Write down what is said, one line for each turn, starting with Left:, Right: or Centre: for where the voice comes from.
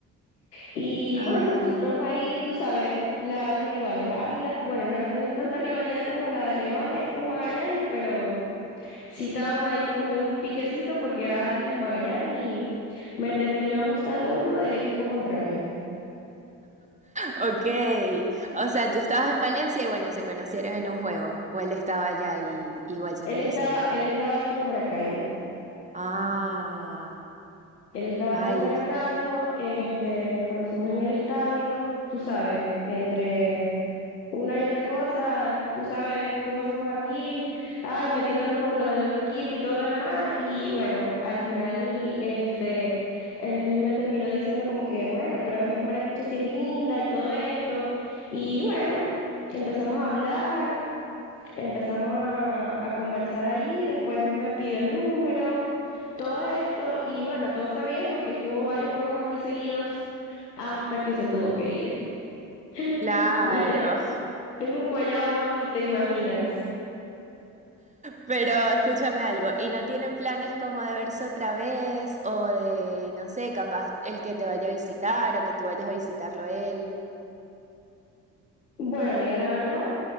Left: y
Right: Ah,
Left: bueno, nosotros ahí, tú sabes, la, los rivales, Águilas, bueno, no es, no es tanta rivalidad como la de Leones con Magallanes, pero... Sí estábamos ahí como que en un piquecito porque era Águilas Magallanes y me terminó gustando uno del equipo contrario.
Right: ok. O sea, tú estabas en Valencia y bueno, se conocieron en un juego. O él estaba allá y igual se
Left: Él
Right: conocieron.
Left: estaba, él estaba aquí en Maracaibo.
Right: Ah,
Left: Él estaba
Right: ay,
Left: aquí en Maracaibo, este, nos conocimos en el estadio, tú sabes, entre una y otra cosa, tú sabes cómo somos aquí, ay, metiéndonos con los del otro equipo y todo lo demás, y bueno, al final, este, él me terminó diciendo como que, bueno, pero esta maracucha sí es linda y todo esto, y bueno, empezamos a hablar, Empezamos a, a conversar ahí, después me pidió el número, todo esto, y bueno, todo fue bien porque estuvo varios juegos aquí seguidos hasta que se tuvo que ir. <laughs>
Right: claro.
Left: Y te- tengo un guayabo, ni te imaginas.
Right: Pero escúchame algo, ¿y no tienen planes como de verse otra vez o de, no sé, capaz el que te vaya a visitar o que tú vayas a visitarlo a él?
Left: Bueno, amiga, la verdad,